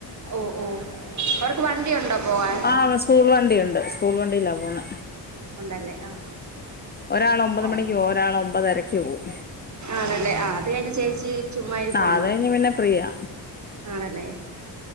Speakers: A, on the right; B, on the left.
A: ഓ ഓ അവർക്ക് വണ്ടിയുണ്ടോ പോവാൻ
B: ആഹ് സ് കൂൾ വണ്ടിയുണ്ട് സ്കൂൾ വണ്ടിയിലാ പോകുന്നെ
A: ഉണ്ടല്ലേ ആഹ്
B: ഒരാൾ
A: ആഹ്
B: ഒമ്പത് മണിക്ക് ഒരാൾ ഒമ്പതര ക്ക് പോവും
A: ആണല്ലേ ആഹ് അത് കഴിഞ്ഞ് ചേച്ചി ചുമ്മാ ഇരിപ്പാണോ
B: ആഹ് അത് കഴിഞ്ഞാ പിന്നെ ഫ്രീയാ
A: ആണല്ലേ